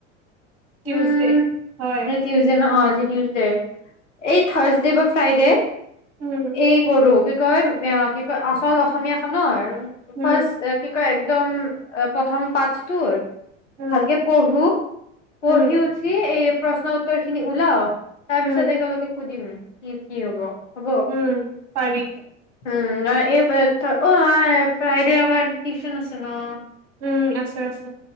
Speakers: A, on the right; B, on the left.
A: টিউজডে
B: উম
A: হয়
B: মতিউজ ন আ উডে এই থাৰ্ছডে বা ফ্ৰাইডে
A: উম
B: এই কৰো কয় এ কি কয় আচল অসমীয়া খ ন আৰু
A: উম
B: ফাৰ্ষ্ কি কয় একদম প্ৰথম পাঠটোৰ
A: উম
B: ভালকে পঢ়ো পঢ়ি
A: উম
B: উঠি এই প্ৰশ্ন উত্তৰ খিনি ওলাও তাৰ
A: উম
B: পিছত একেলগে সুধিম কি কি হ'ব
A: উম পাৰি
B: উম এই অ ফ্ৰাইডে আমাৰ টিউচন আছে ন
A: উম আছে আছে